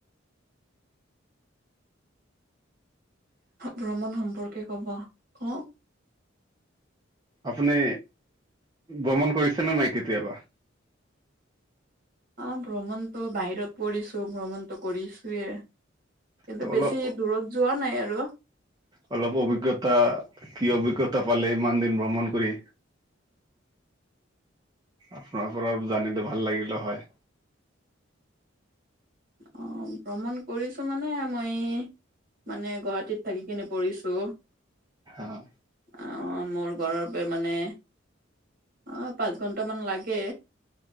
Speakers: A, on the right; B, on the right.
A: ভ্ৰমণ সম্পৰ্ক কবা, কওক।
B: আপুনি ভ্ৰমণ কৰিছে নে নাই, কেতিয়াবা?
A: অঁ ভ্ৰমণতো বাহিৰত পৰিছো ভ্ৰমণতো কৰিছোয়ে। কিন্তু
B: ত
A: বেছি
B: অলপ
A: দূৰত যোৱা নাই আৰু।
B: অলপ অভিজ্ঞতা, কি অভিজ্ঞতা পালে ইমান দিন ভ্ৰমণ কৰি। আপোনাৰ পৰা অলপ জানিলে ভাল লাগিলে হয়।
A: অঁ, ভ্ৰমণ কৰি ছো মানে মই মানে গুৱাহাটীত থাকি কিনে কৰিছোঁ।
B: অঁ
A: অ, মোৰ ঘৰৰ পে মানে অঁ, পাঁচ ঘণ্টামান লাগে।